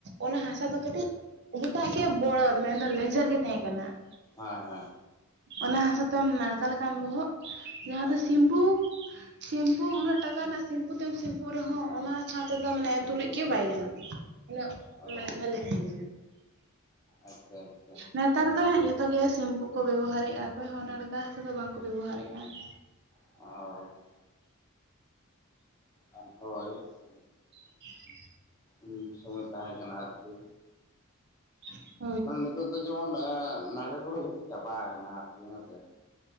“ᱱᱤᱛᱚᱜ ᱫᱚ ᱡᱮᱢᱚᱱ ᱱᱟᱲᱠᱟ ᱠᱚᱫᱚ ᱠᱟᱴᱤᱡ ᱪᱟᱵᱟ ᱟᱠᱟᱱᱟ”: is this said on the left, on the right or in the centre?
Left